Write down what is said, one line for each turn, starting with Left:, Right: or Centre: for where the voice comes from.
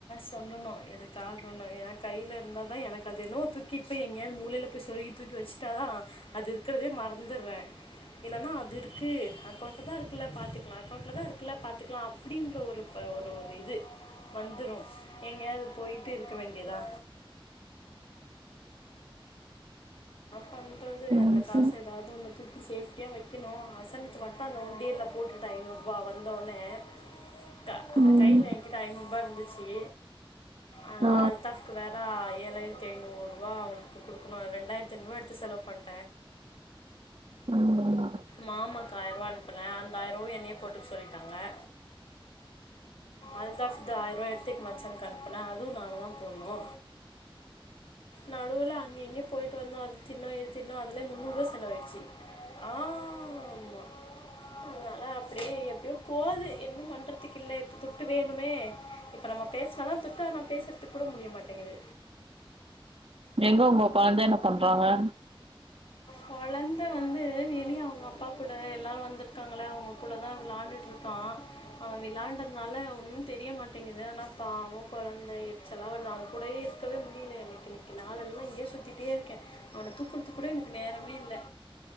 Left: சொல்லணு எதுக்காகணு எனா கையிலருந்தா தா எனக் அது என்னவோ தூக்கிட் போய் எங்கேயாது மூலைல போய் சொருகி தூக்கி வச்சுட்டா தா அது இருக்கறதே மறந்துர்றே இல்லனா அது இருக்கு அக்கோண்ட் தாருக்குலெ பாத்துக்கிலா அக்கோண்ட்லெதா இருக்குலே பாத்துக்கிலா அப்டீன்ற ஒரு ஒரு இது வந்துரு எங்கயாது போயிட்டுருக்க வேண்டியதா பண்றது
Right: ம்,
Left: அந்த காசு
Right: ம்,
Left: ஏதாவது ஒன்னு துட்டு சேப்டியா வைக்கிணு அசன்க்கு மட் ட அந்த உண்டியெல்லெ போட்டுட்டெ ஐநூறு வா வந்தோன்னே கா
Right: ம்,
Left: கையிலெ என்கிட்ட ஐநூறுபாருந்துச்சீ அனா
Right: ஆ,
Left: அல்தாஃப்க்கு வேறா ஏழாயிரத்தி ஐநூறுூபா அவுங் குடுக்குணு அதெண்ட் ரேண்டாயிரத்தைனுரூவா எடுத்து செலவு பண்
Right: <unintelligible>
Left: மாமாக்கு ஆயிர்வா அன்புனெ அந்தாயிரோ என்னெயே போட்டுக் சொல்ட்டாங்கே அழ்த்தாஃப்து ஆயிர்வா எட்த்துக் மச்சான்க்கு அன்புனே அதுவு நா அததா போன்னூ நடுல அங்கெங்க போய்ட்டு வந்தோ அது தின்னா இது தின்னா அதுலெ முன்னூர்வா செலவாயிட்ச்சி ஆமா அதனாலெ அப்படே எப்டியோ போதூ இன்னு பண்ணுறதுக்கில்லெ இப் துட்டு வேணுமே இப்ப நம்ம பேஸ்னா தா துட்டா நா பேசற்துக்குட முடிய மாட்டேங்குது
Right: எங்க உங்க கொழ்ந்தெ என்ன பண்றாங்கெ
Left: கொழந்தெ வந்தூ வெளியே அவுங்கப்பா கூட எல்லாரு வந்திருக்காங்களா அவுங்க கூடதா விளாண்டுட்டுருக்கா அவ விளாண்ட நால்ல ஒன்னு தெரியெ மாட்டேங்குது அனா பாவோ கொழந்தெச்சலா வருதா அவ கூடேயேருக்கவே முடீலெ எனக்கினிக்கி நாளெல்லா இங்கே சுத்திட்டேருக்கே அவன தூக்குர்த்து குடொ எனக் நேரமே இல்லெ